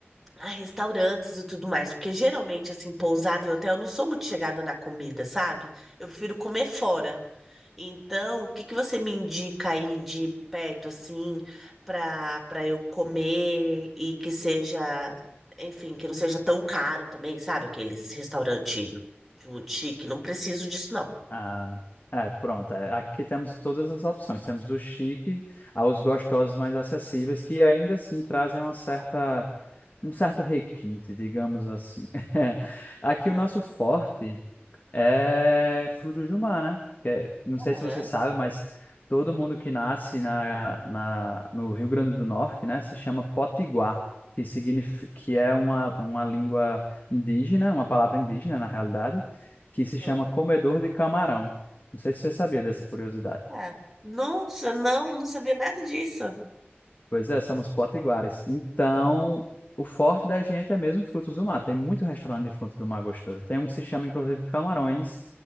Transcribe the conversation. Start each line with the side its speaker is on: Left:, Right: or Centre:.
Centre: a restaurantes e tudo mais. Porque geralmente, assim, pousada e hotel, eu não sou muito chegada na comida, sabe? Eu prefiro comer fora. Então, o que que você me indica aí de perto, assim, para para eu comer e que seja, enfim, que não seja tão caro também, sabe? Aqueles restaurante muito chique, não preciso disso, não.
Left: Ah, é, pronto. é, Aqui temos todas as opções. Temos do chique aos gostosos mais acessíveis, que ainda assim trazem uma certa, um certo requinte, digamos assim. <laughs> Aqui
Centre: Aham,
Left: o nosso forte é frutos do mar, né? Que é- não
Centre: aham,
Left: sei se você sabe, mas todo mundo que nasce na, na, no Rio Grande do Norte, né, se chama potiguar, que significa, que é uma, uma língua indígena, uma palavra indígena, na realidade, que
Centre: aham.
Left: se chama comedor de camarão. Não sei se você sabia dessa curiosidade.
Centre: Ah, nossa, não, eu não sabia nada disso.
Left: Pois é, somos potiguares. Então, o forte da gente é mesmo frutos do mar. Tem muito restaurante de frutos do mar gostoso. Tem um que se chama, inclusive, Camarões,